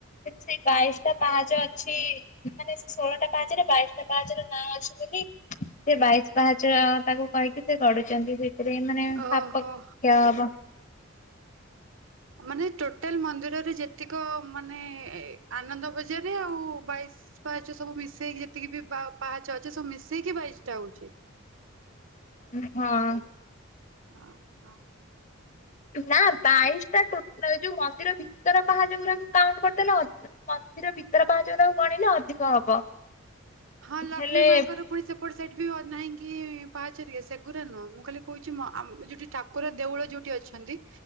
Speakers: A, on the left; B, on the right.
A: କିନ୍ତୁ ସେଇ ବାଇଶଟା ପାହାଚ ଅଛି ମାନେ ସେ ଷୋହଳଟା ପାହାଚରେ ବାଇଶଟା ପାହାଚର ନାଁ ଅଛି ବୋ ସେ ବାଇଶ ପାହାଚ ତାକୁ କହିକି ସେ ଗଡୁଛନ୍ତି ଯେ। ସେରେ ମାନେ
B: ଓହୋ
A: ପାପ କ୍ଷୟ ହବ।
B: ମାନେ ଟୋଟାଲ ମନ୍ଦିରରେ ଯେତିକ ମାନେ ଆନନ୍ଦ ବଜାରେ ଆଉ ବାଇଶ ସବୁ ମିଶେଇକି ଯେତିକି ବି ପା-ପାହାଚ ଅଛି ସବୁ ମିଶେଇକି ବାଇଶ ଟା ହଉଛି।
A: ହଁ।
B: ଅଁ ହଁ।
A: ନା ବାଇଶ ଟା ଟୋଟାଲ ଯୋଉ ମନ୍ଦିର ଭିତର ପାହାଚ ଗୁରାକୁ କାଉଣ୍ଟ କରିଦେଲେ ଅ ମ। ମନ୍ଦିର ଭିତର ପାହାଚ ଗୁରା ଗଣିଲେ ଅଧିକ ହବ।
B: ହଁ ଲକ୍ଷ୍ମୀ
A: ହେଲେ
B: ମାଙ୍କର ପୁଣି ସେପଟେ ସାଇଡ ବି ନାହିଁ କି ପାହାଚଘରିକା ସେଗୁରା ନୁହଁ। ମୁଁ କାଲି କହୁଛି ଆମ ଯଦି ଠା ଠାକୁର ଦେଉଳ ଯୋଉଠି ଅଛନ୍ତି